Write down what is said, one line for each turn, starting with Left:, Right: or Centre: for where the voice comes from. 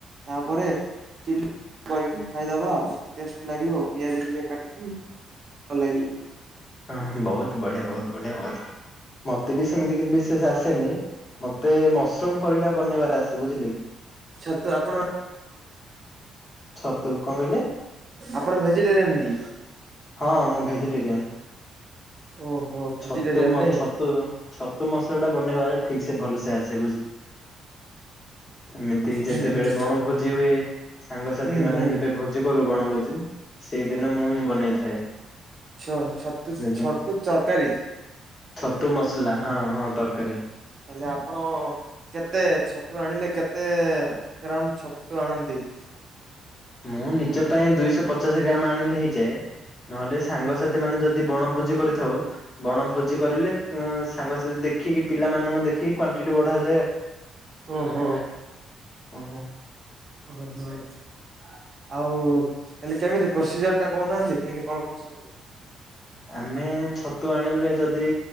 Right: ତାପରେ ଚିଲି କରିକି ଖାଇଦବା ଆଉ ଟେଷ୍ଟ ଲାଗିବ ପିଆଜ ଟିକେ କାଟିକି ଭଲ ଲାଗିବ।
Left: ହଁ ବହୁତ ବଢିଆ ବହୁତ ବଢିଆ ବହୁତ ମତେ ବି ସେମିତି କିଛି ମେସେଜ ଆସେନି। ମତେ ମସରୁମ କରିଟା ବନେଇବାର ଆସେ ବୁଝିଲେ କି?
Right: ଛତୁ ଆପଣ
Left: ଛତୁ କଣ କହିଲେ?
Right: ଆପଣ ଭେଜିଟେରିଆନ କି?
Left: ହଁ ମୁଁ ଭେଜିଟେରିଆନ।
Right: ଓହୋ। ଭେଜିଟେରିଆନ
Left: ଛତୁ
Right: ନାଇଁ
Left: ଛତୁ ଛତୁ ମସଲାଟା ବନେଇବାରେ ଠିକ ସେ ଭଲସ ଆସେ ବୁଝିଲେ। ଏମିତି ଯେତେବେଳେ
Right: ହୁଁ ହୁଁ
Left: ବଣଭୋଜି ହୁଏ ସାଙ୍ଗସାଥି
Right: ହୁଁ
Left: ମାନେ
Right: ହୁଁ
Left: ଯେବେ ଭୋ ଜି କରୁ ବଣ ଭୋଜି ସେଇ ଦିନ ମୁଁ ହିଁ ବନେଇଥାଏ।
Right: ଛ ଛ ଛତୁ
Left: ନିଜେ
Right: ଛତୁ ତରକାରୀ।
Left: ଛତୁ ମସଲା। ହଁ ହଁ ତରକାରୀ।
Right: ହେଲେ ଆପଣ? କେତେ ଛତୁ ଆଣିଲେ କେତେ ଗ୍ରାମ ଛତୁ ଆଣନ୍ତି?
Left: ମୁଁ ନିଜ ପାଇଁ ଦୁଇଶ ପଚାଶ ଗ୍ରାମ ଆଣିଲି। ଯେ, ନହେଲେ ସାଙ୍ଗସାଥି
Right: ହୁଁ
Left: ମାନେ ଯଦି ବଣ ଭୋଜି କରି ଥଉ, ବଣ ଭୋଜି କରିଲେ ଉଁ ସାଙ୍ଗସାଥି ଦେଖିକି ପିଲାମାନଙ୍କୁ ଦେଖି କ୍ୱାଣ୍ଟିଟି ବଢାଉଥାଉ।
Right: ଓ ହୋ।
Left: ହୁଁ
Right: ଓହୋ ଆଉ ହେଲେ କେମିତି, ପ୍ରୋସିଜର ଟା କହୁନାହାନ୍ତି? କେନ୍ତି କଣ କରୁଛନ୍ତି?
Left: ଆମେ ଛତୁ ଆଣିଲେ ଯଦି,